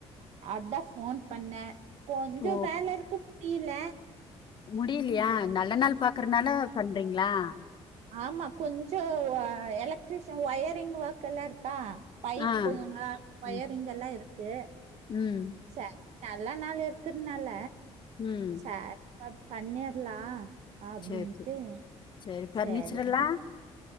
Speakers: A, on the right; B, on the left.
A: அதா ஃபோன் பண்ணே கொஞ்சோ
B: ஓ
A: வேல இருக்கு கீழ்ல
B: முடியிலையா நல்ல நாள் பாக்கறனால பண்றீங்ளா
A: ஆமா கொஞ்சோ எலக்ட்ரிஷன் ஒயரிங் ஒர்க் கெல்லா இருக்கா பைப்புங்க
B: ஆ
A: ஒயரிங்
B: ம்
A: எல்லா இருக்கு
B: ம்
A: சேரி நல்லா நாள் இர்கற்னால
B: ம்.
A: சேர் பண்ணிர்லா‌ அப்டின்ட்டு
B: சரி சரி சரி ஃபர்னிச்சர்
A: செரிங்க
B: எல்லாம்